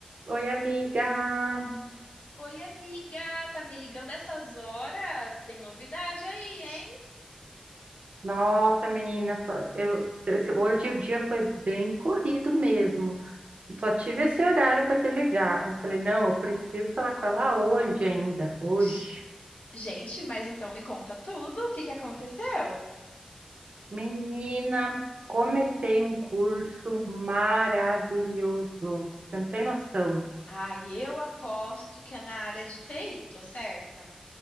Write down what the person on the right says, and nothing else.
Oi, amiga.
Nossa, menina, fa- eu, esse- hoje o dia foi bem corrido mesmo. Só tive esse horário para te ligar. Eu falei, não, eu preciso falar com ela hoje ainda, hoje.
Menina, comecei um curso maravilhoso. Você não tem noção.